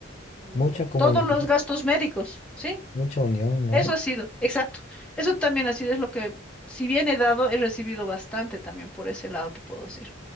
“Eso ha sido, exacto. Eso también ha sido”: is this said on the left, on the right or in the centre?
Centre